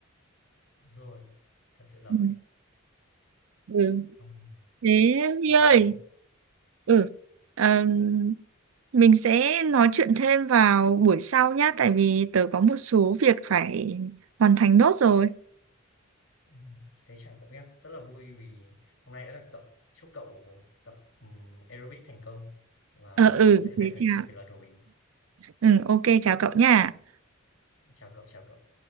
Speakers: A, on the left (about 80°); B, on the right (about 80°).
A: đúng rồi, thật sự là
B: Ừ.
A: vậy.
B: ừ
A: Ừm,
B: thế Huy
A: vậy
B: ơi
A: thì
B: ừ Ờm, mình sẽ nói chuyện thêm vào buổi sau nhá tại vì tớ có một số việc phải hoàn thành nốt rồi
A: Ừm, thế chào cậu nhé, rất là vui vì hôm nay đã gặp cậu. Chúc cậu tập ừm, aerobic thành công và
B: ờ ừ
A: sẽ rèn
B: thế
A: luyện
B: chào
A: được sự kỷ luật của mình.
B: ừ ok chào cậu nha
A: Chào cậu, chào cậu.